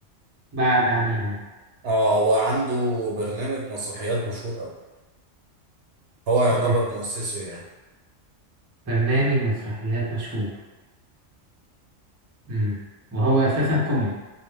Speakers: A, on the right; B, on the right.
A: بعد عادل إمام
B: اه هو عنده برنامج مسرحيات مشهور قوي هو يعتبر
A: برنامج
B: مؤسسه يعني
A: برنامج مسرحيات مشهور مم. وهو أساسا كوميدي